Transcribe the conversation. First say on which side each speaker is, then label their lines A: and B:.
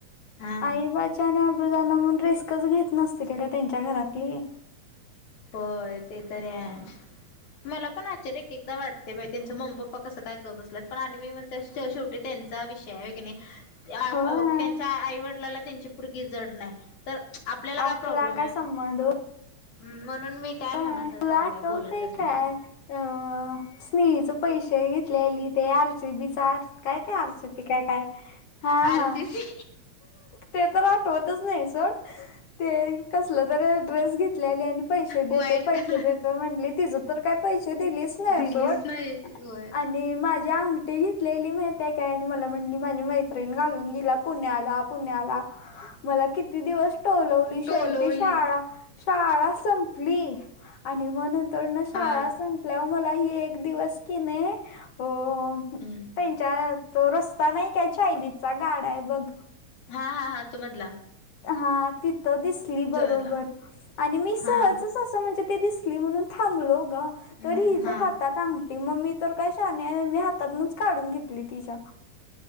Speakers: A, on the left; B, on the left.
A: हा
B: आई बा ची आणि आब्रू जाणार म्हणून् रिस्कच घेत नसतील ग त्यांच्या घरातली.
A: होय ते तरी आहे, मला पण आचर्य एक एकदा वाटते बाय, त्यांचे मम्मी पप्प पा कसं काय ग बसल्यात, पण आणि मी म्हणते शेवटी त्यांचा विषय हाय, हाय की नाय? ते आ
B: होय
A: हे बघ, त्यांच्या आईवडिलाला त्यांची पुरगी जड नाय. तर आपल्याला
B: आपला
A: काय प्रॉब्लेम
B: काय
A: आहे?
B: संबंध
A: हम्म, म्हणून मी काय
B: होय
A: म्हणतच
B: तुला
A: नाही
B: आठवतय
A: बाई बोलतच नाही
B: काय
A: तिला.
B: अ स्नेहीचं पैसे घेतलेली ते आर सी बी चं काय ते आर सी बी का काय. हा
A: आर
B: हा
A: सी सी.
B: ते तर आठवतच नाही सोड, ते कसलं तरी ड्रेस घेतलेले आणि पैसे देतो
A: व्हाईट
B: पैसे
A: कलर
B: देतो म्हणली, तिजं तर काय पैसे दिलीच नाही
A: दिलीच
B: सोड,
A: नाही व्हय
B: आ णि माझी अंगठी घेतलेली माहितीय काय आणि मला म्हणली माझी मैत्रिणी घालून गील्या. पुण्याला, पुण्याला मला कि- ती दिवस टोलवली शेवटी
A: टोलवली
B: शाळा, शाळा संपली आणि म्हणून - तर ना शाळा
A: हा
B: संपल्यावर मला हि एक दिवस कि नाही. अ-
A: हम्म
B: त्यांच्या तो रस्ता नाही काय? चायनीजचा गाडा आहे बघ.
A: हा हा. हा. तो मधला.
B: हा. तिथं दिसली बरोबर.
A: चला
B: आणि मी सहज-
A: हा
B: च म्हणजे अशी दिसली म्हणून थांबलो ग.
A: हम्म
B: तर हिच्या
A: हा
B: हात- -तात अंगठी. मग मी तर काय शानी आहे. मी हातातनच काढून घेतली. तिच्या.